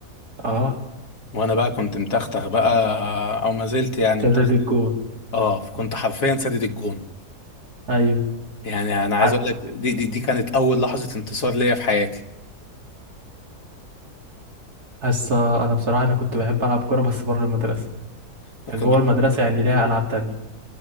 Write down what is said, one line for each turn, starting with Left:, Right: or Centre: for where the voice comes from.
Right: اه
Left: وانا بقى كنت متختخ بقى او ما زلت يعني
Right: ده
Left: متختخ
Right: ده ده الجون
Left: اه فكنت حرفيا سدد الجون
Right: ايوه
Left: يعني انا عايز
Right: ع-
Left: اقول لك دي دي, دي كانت اول لحظه انتصار ليا في حياتي
Right: هسه انا بصراحه انا كنت بحب العب كوره بس بره المدرسه
Left: فكنا
Right: يعني جوه
Left: احنا
Right: المدرسه يعني ليها العاب تانية